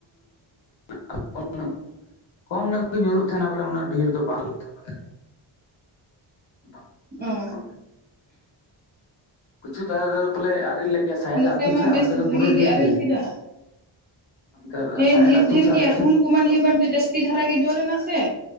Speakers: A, on the left; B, on the right.
A: <inaudible> ᱠᱚᱢ ᱧᱚᱜ ᱜᱮ ᱧᱩᱨᱩᱜ ᱛᱟᱦᱮᱱᱟ ᱵᱚᱞᱮ ᱩᱱᱟᱹᱜ ᱰᱷᱮᱨ ᱫᱚ ᱵᱟᱝ ᱧᱩᱨᱩᱜ ᱛᱟᱦᱮ ᱚᱱᱟ ᱨᱮᱭᱟᱜ᱾ ᱵᱟᱝ ᱪᱮᱫᱠᱟ
B: ᱚ
A: ᱦᱮᱱᱟ ᱵᱚᱞᱮ? ᱠᱚᱪᱷᱩ ᱫᱷᱟᱨᱮ ᱨᱮ ᱵᱚᱞᱮ ᱟᱨᱮᱞ ᱞᱮᱫ ᱜᱮ ᱥᱟᱭᱤᱫ
B: ᱱᱚᱛᱮ
A: ᱟᱹᱛᱩ
B: ᱢᱟ
A: ᱥᱮᱫ
B: ᱵᱮᱥ
A: ᱚᱱᱛᱮ ᱫᱚ
B: ᱵᱷᱟᱜᱤ
A: ᱯᱩᱨᱟᱹ
B: ᱜᱮ
A: ᱰᱷᱤᱨ
B: ᱟᱨᱮᱞ
A: ᱰᱷᱤᱨ᱾
B: ᱠᱮᱫᱟ
A: ᱟᱹᱰᱤ ᱫᱷᱟᱨ
B: ᱦᱮᱸ
A: ᱥᱟᱟᱭᱰ
B: ᱰᱷᱮᱨ
A: ᱟᱛᱩ
B: ᱰᱷᱮᱨ
A: ᱥᱮᱫ
B: ᱜᱮ
A: ᱟᱞᱮ
B: ᱟᱨ
A: ᱫᱮᱸᱫᱷ᱾
B: ᱩᱞ ᱠᱚᱢᱟ ᱱᱤᱭᱟᱹ ᱵᱟᱨ ᱫᱚ ᱡᱟᱹᱥᱛᱤ ᱫᱷᱟᱨᱟ ᱜᱮ ᱡᱚ ᱞᱮᱱᱟ ᱥᱮ᱾